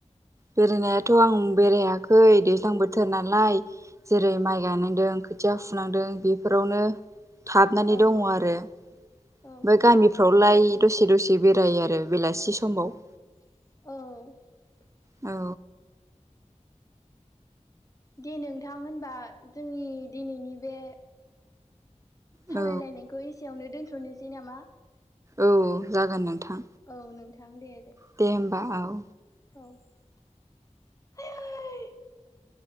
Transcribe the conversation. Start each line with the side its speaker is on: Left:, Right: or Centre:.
Right: बेरायनायाथ' आं बेरायाखै दैज्लां बोथोर नालाय जेरै माइ गायनांदों खोथिया फुनांदों बेफोरावनो थाबनानै
Left: औ
Right: दङ आरो ओमफ्राय
Left: औ
Right: गामिफ्रावलाय दसे दसे बेरायो आरो बेलासि समाव
Left: औ
Right: औ
Left: दे नोंथां होनबा जोंनि दिनैनि बे सावरायलायनायखौ
Right: औ
Left: एसेयावनो दोन्थ'नोसै नामा
Right: औ जागोन नोंथां
Left: औ नोंथां दे
Right: दे होमबा औ
Left: औ